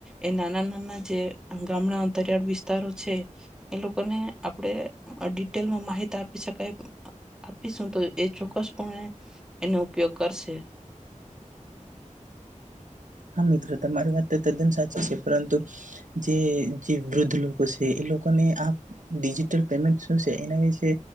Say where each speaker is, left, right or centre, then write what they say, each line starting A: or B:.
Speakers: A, in the centre; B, on the right (about 70°).
A: એ નાના નાના જે ગામડા અંતરિયાળ વિસ્તારો છે. એ લોકોને આપણે ડિટેલમાં માહિત આપી શકાય, આપીશું તો એ ચોક્કસપણે એનો ઉપયોગ કરશે
B: હા મિત્રો તમારી વાત તો તદ્દન સાચી છે પરંતુ જે જે વૃદ્ધ લોકો છે એ લોકોને આ ડિજિટલ પેમેન્ટ શું છે, એના વિશે